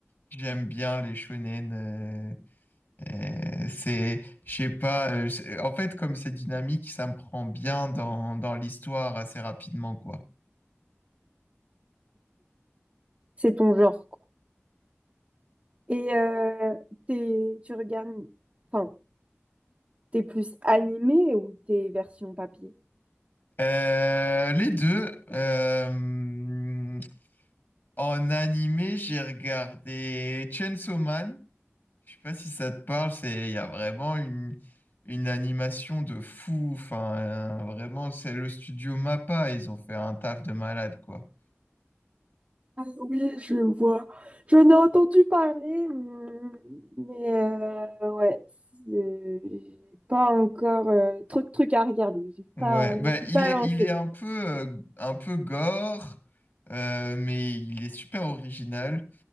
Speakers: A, on the left; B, on the right.
A: j'aime bien les shonen. euh, Euh, c'est, je sais pas, euh, c'est- en fait, comme c'est dynamique, ça me prend bien dans, dans l'histoire assez rapidement, quoi.
B: c'est ton genre, quoi? Et euh, t'es, tu regardes, enfin, t'es plus animé ou t'es version papier?
A: Euh, les deux, euh, en animé, j'ai regardé Chainsaw Man. Je sais pas si ça te parle, c'est, il y a vraiment une, une animation de fou. Enfin, euh, vraiment, c'est le studio MAPPA, ils ont fait un taf de malade, quoi.
B: Ah Oui, je vois. J'en ai entendu parler, hum, mais euh, ouais, c'est- j'ai pas encore euh, trop de trucs à regarder. J'ai
A: Ouais,
B: pas,
A: bah,
B: je me suis
A: il
B: pas
A: est,
B: lancée.
A: il est un peu, euh, un peu gore, euh, mais il est super original.